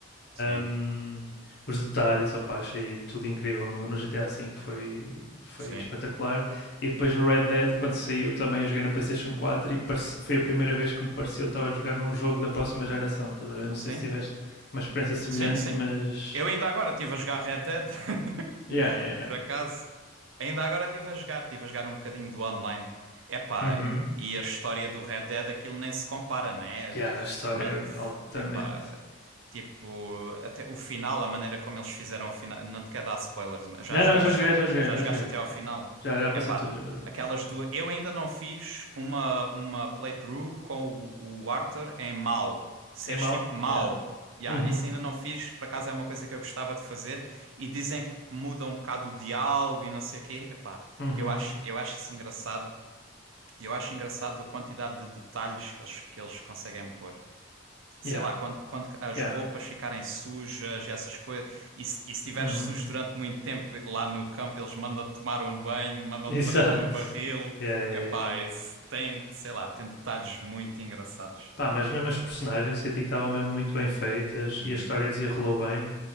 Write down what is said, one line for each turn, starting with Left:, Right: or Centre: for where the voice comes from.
Right: Sim,
Left: Um, os detalhes, opa, achei tudo incrível no, no GTA V, foi, foi
Right: sim,
Left: espetacular. E depois no Red Dead, quando saiu, também eu joguei na PlayStation 4 e foi a primeira vez que me pareceu que estava a jogar um jogo da próxima geração. Estás a ver? Não sei
Right: sim,
Left: se tiveste uma experiência semelhante,
Right: sim, sim.
Left: mas.
Right: Eu ainda agora estive a jogar Red Dead. <laughs>
Left: Yeah, yeah, yeah.
Right: Por acaso, ainda agora estive a jogar, estive a jogar um bocadinho do online. Epá,
Left: Uhum.
Right: e a história do Red Dead, aquilo nem se compara, né?
Left: Yeah, a história
Right: A ma-
Left: é altamente.
Right: Epá, tipo, até o final, a maneira como eles fizeram o final, não te quero dar spoilers, mas já
Left: Não,
Right: jogaste,
Left: não, já joguei, já joguei,
Right: já
Left: já
Right: jogaste
Left: joguei.
Right: até ao final.
Left: Já, já
Right: Epá,
Left: passei tudo, já passei tudo.
Right: aquelas duas. Eu ainda não fiz uma, uma playthrough com o, o Arthur em mau. Seres
Left: É mau?
Right: tipo mau.
Left: Yeah.
Right: Yeah,
Left: Uhum.
Right: isso ainda não fiz, por acaso é uma coisa que eu gostava de fazer e dizem que muda um bocado o diálogo e não sei o quê. Epá,
Left: Uhum.
Right: eu acho, eu acho isso engraçado. E Eu acho engraçado a quantidade de detalhes que eles, que eles conseguem pôr. Sei
Left: Yeah.
Right: lá, quando, quando as
Left: Yeah.
Right: roupas ficarem sujas, e essas coisas, e se, e se estiveres
Left: Uhum.
Right: sujo durante muito tempo lá no campo, eles mandam-te tomar um banho,
Left: <laughs>
Right: mandam-te
Left: Exato.
Right: para dentro de um barril.
Left: Yeah, yeah,
Right: Epá,
Left: yeah, yeah.
Right: isso tem, sei lá, tem detalhes muito engraçados.
Left: Pá, mas mesmo as personagens senti que estavam mesmo muito bem feitas
Right: Uhum,
Left: e a história desenrolou bem.